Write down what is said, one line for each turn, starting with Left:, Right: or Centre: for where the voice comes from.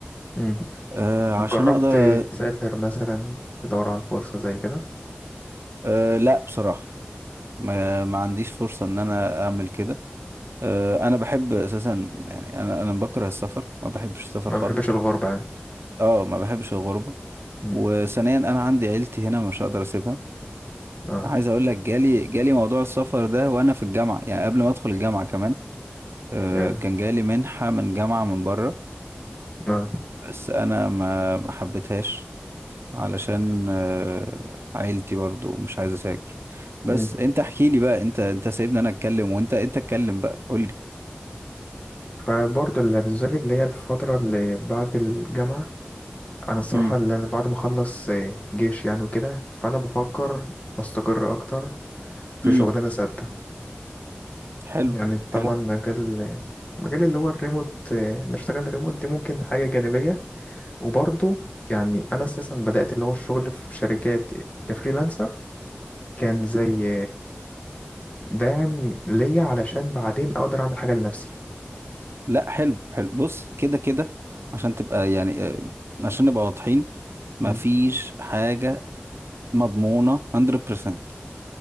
Left: مم.
Right: أه عشان
Left: طب جربت
Right: اقدر
Left: تسافر مثلا تدور على فرصة زي كده
Right: أه لا بصراحة ما ما عنديش فرصة ان انا اعمل كده أه انا بحب اساسا يعني انا انا بكره السفر ما بحبش السفر
Left: ما
Right: خالص
Left: بحبش الغربة يعني
Right: اه ما بحبش الغربة
Left: مم.
Right: وثانيا انا عندي عيلتي هنا مش هقدر اسيبها
Left: اه
Right: عايز اقول لك جالي جالي موضوع السفر ده وانا في الجامعة يعني قبل ما ادخل الجامعة كمان آه،
Left: يعني
Right: كان جالي منحة من جامعة من بره
Left: اه
Right: بس انا ما ما حبيتهاش علشان آه، عيلتي برضو مش عايز اسافر بس
Left: مم.
Right: انت احكي لي بقى انت انت سايبني انا اتكلم وانت انت اتكلم بقى قول لي
Left: فبرضه اللي بالذات اللي هي الفترة اللي بعد الجامعة أنا الصراحة
Right: امم
Left: اللي أنا بعد ما أخلص آه، جيش يعني وكده فأنا بفكر أستقر أكتر في
Right: امم
Left: شغلانة ثابتة
Right: حلو
Left: يعني طبعا
Right: حلو
Left: مجال مجال اللي هو الريموت آه، نشتغل ريموت دي ممكن حاجة جانبية وبرضه يعني أنا أساسا بدأت اللي هو الشغل في شركات كفريلانسر كان زي دعم ليا علشان بعدين أقدر أعمل حاجة لنفسي
Right: لا حلو حلو بص كده كده عشان تبقى يعني آه، عشان نبقى واضحين مفيش
Left: مم.
Right: حاجة مضمونة 100%